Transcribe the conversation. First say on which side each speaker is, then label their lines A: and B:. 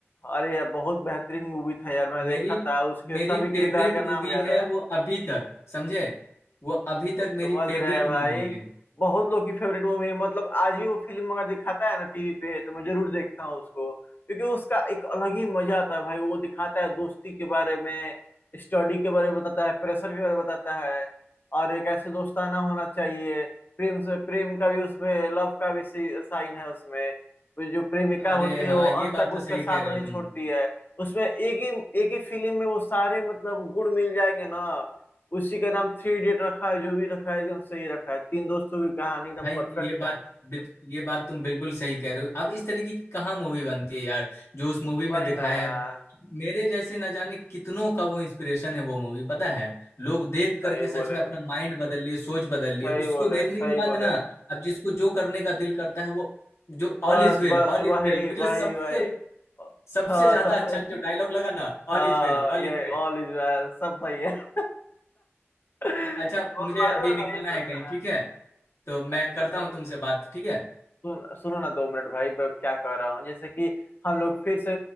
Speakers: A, on the left (about 45°); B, on the left (about 70°).
A: अरे यार बहुत बेहतरीन मूवी था यार मैं देखा
B: मेरी
A: था उसके
B: मेरी
A: सभी किरदार
B: फेवरेट
A: का नाम
B: मूवी
A: याद
B: है
A: है
B: वो अभी तक समझे वो अभी
A: हम
B: तक मेरी
A: समझ
B: फेवरेट
A: रहे हैं भाई
B: मूवी है
A: बहुत लोग की फेवरेट मूवी है मतलब आज भी वो फिल्म अगर दिखाता है ना टीवी पे तो मैं जरूर देखता हूँ उसको क्योंकि उसका एक अलग ही मजा आता है भाई वो दिखाता है दोस्ती के बारे में स्टडी के बारे में बताता है प्रेशर के बारे में बताता है और एक ऐसे दोस्ताना होना चाहिए प्रेम से प्रेम का भी उसमें लव का भी साइन है उसमें वो जो प्रेमिका
B: अरे
A: होती
B: हाँ
A: है वो
B: ये
A: अंत
B: बात
A: तक
B: तो
A: उसका
B: सही
A: साथ
B: कह रहे
A: नहीं
B: हो
A: छोड़ती
B: तुम
A: है उसमें एक ही एक ही फिल्म में वो सारे मतलब गुण मिल जाएंगे ना उसी का नाम थ्री इडियट रखा है जो भी रखा है एकदम सही रखा है तीन दोस्तों की कहानी एकदम
B: भाई
A: परफेक्ट
B: ये बात
A: है
B: बित- ये बात तुम बिल्कुल सही कह रहे हो अब इस तरीके की कहाँ मूवी बनती है यार जो उस मूवी में
A: वही
B: दिखाया
A: ना यार
B: है मेरे जैसे न जाने कितनों का वो इंस्पिरेशन है वो मूवी पता है लोग देख करके
A: सही
B: सच
A: बोले
B: में अपना माइंड बदल लिए सोच बदल लिए
A: सही
B: उसको
A: बोले
B: देखने
A: सही
B: के बाद
A: बोले
B: ना अब जिसको जो करने का दिल करता है वो जो all
A: बस
B: is well
A: बस
B: all
A: वही
B: is well मुझे
A: वही
B: सबसे
A: वही
B: सबसे
A: हाँ
B: ज्यादा
A: सबसे
B: अच्छा जो डायलॉग लगा ना all
A: हाँ
B: is well all
A: ये
B: is well
A: ऑल इज वेल सब सही है <laughs> और
B: अच्छा मुझे
A: मालूम
B: अभी
A: है
B: निकलना
A: भाई सुनो
B: है कहीं
A: ना
B: ठीक है तो मैं
A: सुनो
B: करता
A: ना भाई
B: हूँ तुमसे बात ठीक है
A: सुन सुनो ना दो मिनट भाई मैं क्या कह रहा हूँ जैसे कि हम लोग फिर से